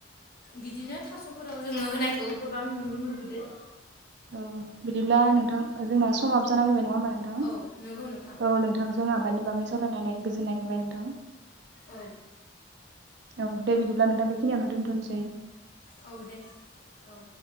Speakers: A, on the left (about 50°); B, on the right (about 60°).
A: बिदिनो थास'फोराव जोङो होनायखौ गोबां नुनो मोनबोदो
B: औ बिदिब्ला नोंथां जोंना समाबो जाना फैबाय नङा बा नोंथां औ
A: औ नंगौ नोंथां
B: नोंथां जों आबादनि बागै सावरायनानै गोजोननाय मोनबाय नोंथां
A: औ
B: औ दे बिदिब्ला नोंथां बेखिनियावनो दोनथ'नोसै
A: औ दे औ